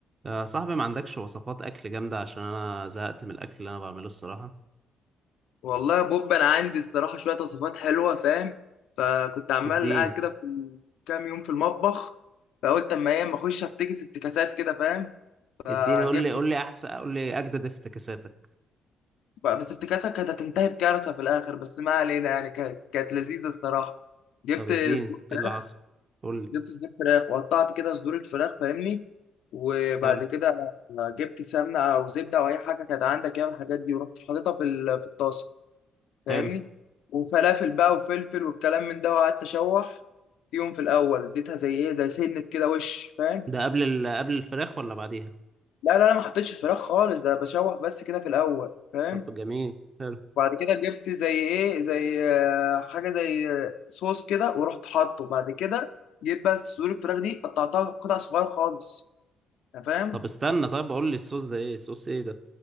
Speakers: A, on the right (about 35°); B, on the left (about 80°).
A: يا صاحبي ما عندكش وصفات اكل جامده عشان انا زهقت من الاكل اللي انا بعمله الصراحه
B: والله يا بوب انا عندي الصراحه شويه وصفات حلوه فاهم فكنت عمال
A: اديني
B: قاعد كده في كام يوم في المطبخ فقلت اما ايه اما اخش افتكس افتكاسات كده فاهم فجبت
A: اديني قول لي قول لي احسن قول لي اجدد افتكاساتك
B: بس افتكاسه كانت هتنتهي بكارثه في الاخر بس ما علينا يعني كانت كانت لذيذه الصراحه جبت
A: طب اديني
B: صدور فراخ
A: ايه اللي حصل قول لي
B: جبت صدور فراخ وقطعت كده صدور الفراخ فاهمني وبعد
A: حلو
B: كده جبت سمنه او زبده او اي حاجه كانت عندك يعني من الحاجات دي ورحت حاططها في ال- في الطاسه فاهمني
A: حلو
B: وفلافل بقى وفلفل والكلام من ده وقعدت اشوح فيهم في الاول اديتها زي ايه زي سنه كده وش فاهم
A: ده قبل ال... قبل الفراخ ولا بعديها
B: لا لا لا ما حطيتش الفراخ خالص ده بشوح بس كده في الاول فاهم
A: طب جميل حلو
B: وبعد كده جبت زي ايه زي آه، حاجه زي آه، صوص كده ورحت حاطه بعد كده جيت بس صدور الفراخ دي قطعتها قطع صغيره خالص أنت فاهم
A: طب استنى طب قول لي الصوص ده ايه صوص ايه ده